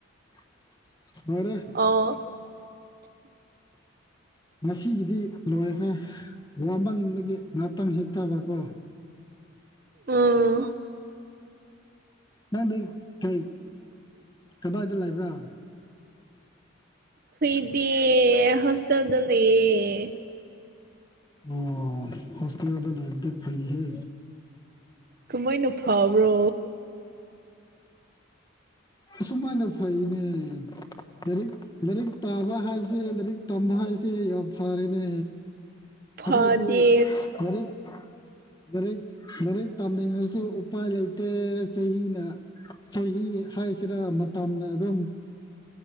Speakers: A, on the left (about 20°); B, on the right (about 45°).
A: <unintelligible> ꯃꯔꯦ
B: ꯑꯣ
A: ꯉꯁꯤꯒꯤꯗꯤ ꯂꯣꯏꯈ꯭ꯔꯦ ꯋꯥꯃꯟꯕꯒꯤ ꯉꯥꯛꯇꯪ ꯍꯤꯞꯊꯕꯀꯣ
B: ꯑꯣ
A: ꯅꯪꯗꯤ ꯀꯩ ꯀꯗꯥꯏꯗ ꯂꯩꯕ꯭ꯔꯥ
B: ꯈꯣꯢꯗꯤ ꯍꯣꯁꯇꯦꯜꯗ ꯂꯩꯌꯦ
A: ꯑꯣ ꯍꯣꯁꯇꯦꯜꯗ ꯂꯩꯕꯗꯤ ꯐꯩꯍꯦ
B: ꯀꯃꯥꯢꯅ ꯐꯥꯕ꯭ꯔꯣ
A: ꯁꯨꯃꯥꯏꯅ ꯐꯩꯅꯦ ꯂꯩꯔꯤꯛ ꯂꯩꯔꯤꯛ ꯄꯥꯕ ꯍꯥꯏꯁꯦ ꯂꯥꯏꯔꯤꯛ ꯇꯝꯕ ꯍꯥꯏꯁꯦ ꯌꯥꯝ ꯐꯔꯦꯅꯦ
B: ꯐꯗꯦ
A: ꯑꯗꯣ ꯑꯩꯗꯤ ꯂꯩꯔꯤꯛ ꯂꯥꯏꯔꯤꯛ ꯂꯥꯏꯔꯤꯛ ꯇꯝꯅꯤꯡꯉꯁꯨ ꯎꯄꯥꯏ ꯂꯩꯇꯦ ꯆꯍꯤꯅ ꯆꯍꯤ ꯍꯥꯏꯁꯤꯔ ꯃꯇꯝꯅ ꯑꯗꯨꯝ